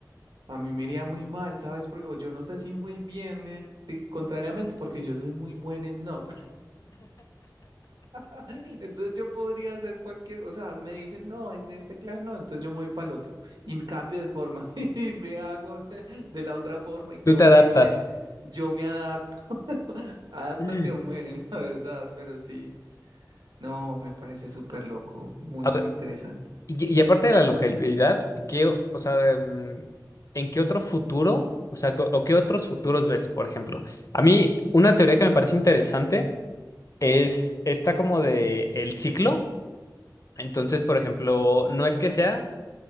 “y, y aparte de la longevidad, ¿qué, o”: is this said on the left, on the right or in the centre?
Left